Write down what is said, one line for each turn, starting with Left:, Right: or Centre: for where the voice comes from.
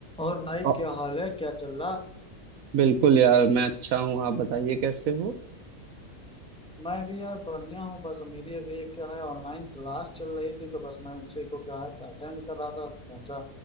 Centre: और भाई
Right: अ,
Centre: क्या हाल है क्या चल रहा
Right: बिल्कुल यार मैं अच्छा हूँ आप बताइए कैसे हो
Centre: मैं भी यार बढ़िया हूँ बस मेरी अभी एक क्या है ऑनलाइन क्लास चल रही थी तो बस मैं उसी को क्या है अटेंड कर रहा था सोचा